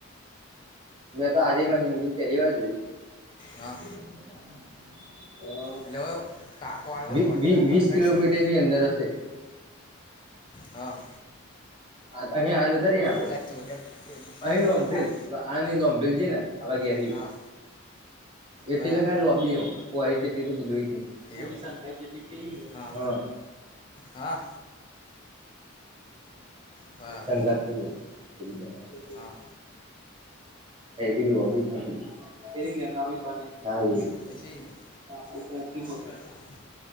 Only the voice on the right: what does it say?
મેં તો આજે માં જિંદગીમ પેલી વાર જોય.
<inaudible> અ
વી
વી વીસ
કિલોમીટરની
અંદર હશે
આત અહી આંધ તરી આમ
અહી
લોમભેલ
આની લોમભેલ જી ને આપણા ઘેરહિ
એટી
તો ખાઈ લોબીઓમાં પોહરી જ કેટલી તો જોઈ જ નહી
<inaudible>
સંંગાતથી મો <inaudible>
એ બી લોબી પેલી લે નવી બને એ હા એ
આપડી તો એનથી મોટી